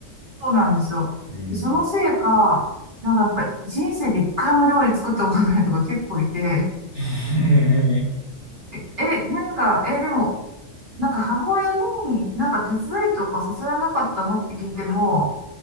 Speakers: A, on the right; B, on the left.
A: そうなんですよ。
B: うん。
A: でそのせいか、なんかやっぱり人生で一回も料理作ったことないとか結構いて、
B: <laughs>
A: <laughs> え、えなんか、え、でも、なんか母親になんか手伝いとかさせられなかったのって聞いても、